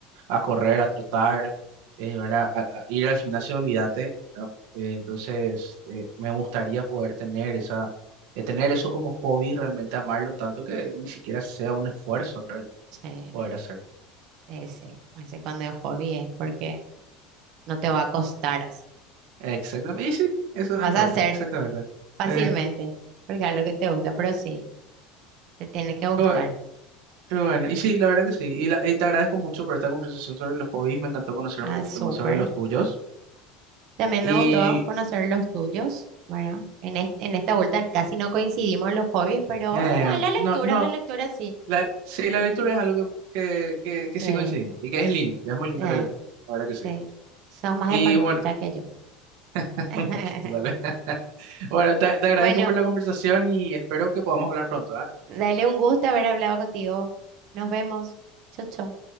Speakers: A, on the right (about 70°); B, on the right (about 50°).
A: a correr, a trotar, eh, ¿verdad? A, a ir al gimnasio, olvídate, ¿verdad? Eh, entonces, eh, me gustaría poder tener esa, eh, tener eso como hobby, realmente amarlo tanto que ni siquiera sea un esfuerzo en realidad
B: Sí,
A: poder hacer.
B: ese, ese cuando es hobby es porque no te va a costar así.
A: Exactamente, y sí, eso
B: Vas
A: es el hobby,
B: a hacer
A: exactamente.
B: fácilmente,
A: Eh,
B: porque es lo que te gusta, pero sí, te tiene que gustar.
A: bu- bueno, y sí, la verdad que sí. Y, la- y te agradezco mucho por esta conversación sobre los hobbies. Me encantó conocer
B: Ah,
A: un poquito
B: súper.
A: más sobre los tuyos.
B: También
A: Y
B: me gustó conocer los tuyos, ¿verdad? En, es- en esta vuelta casi no coincidimos en los hobbies, pero
A: eh,
B: ah, a la lectura,
A: no, no.
B: a la lectura sí.
A: La, sí, la lectura
B: Ujú.
A: es algo que, que, que, que
B: Sí,
A: sí coincidimos y que es lindo, que es muy linda
B: eh,
A: la lectura, la verdad que
B: Sí,
A: sí.
B: sos más
A: Y
B: deportista
A: bueno,
B: que yo.
A: <laughs>
B: <laughs>
A: un poquito tal vez. <laughs> Bueno, te, te agradezco
B: Bueno,
A: por la conversación y espero que podamos hablar pronto, ¿ah?
B: dale un gusto haber hablado contigo. Nos vemos. Chau, chau.